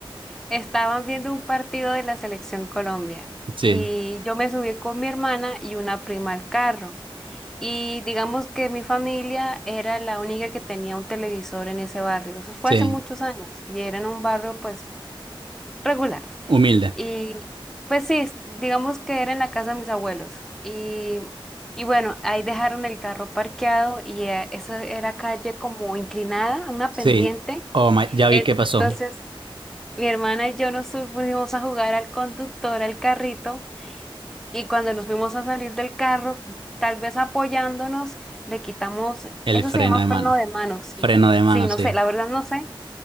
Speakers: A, in the centre; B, on the right (about 65°).
A: Estaban viendo un partido de la selección Colombia
B: Sí,
A: y yo me subí con mi hermana y una prima al carro. Y digamos que mi familia era la única que tenía un televisor en ese barrio. Eso fue
B: sí,
A: hace muchos años y era en un barrio pues regular.
B: humilde.
A: Y pues sí, es- digamos que era en la casa de mis abuelos. Y, y bueno, ahí dejaron el carro parqueado y eh, esa era calle como inclinada, una
B: Sí,
A: pendiente.
B: oh my, ya vi
A: Entonces...
B: qué pasó.
A: Mi hermana y yo nos fuimos a jugar al conductor, al carrito, y cuando nos fuimos a salir del carro, tal vez apoyándonos, le quitamos,
B: El
A: eso
B: freno
A: se llama
B: de mano.
A: freno de mano, sí,
B: Freno de mano,
A: sí, no
B: sí.
A: sé, la verdad no sé.